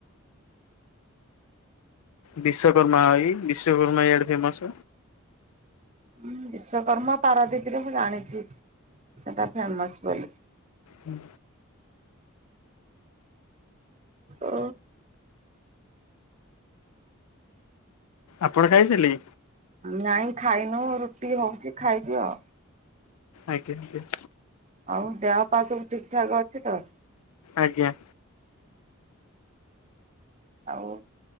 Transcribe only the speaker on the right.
ଉଁ ବିଶ୍ୱକର୍ମା ପାରାଦୀପରେ ମୁଁ ଜାଣିଚି ସେଟା ଫେମସ ବୋଲି।
ଅ।
ନାଇଁ ଖାଇନୁ ରୁଟି ହଉଚି ଖାଇବି ଆଉ।
ଆଉ ଦେହ ପା ସବୁ ଠିକ୍ ଠାକ୍ ଅଛି ତ?
ଆଉ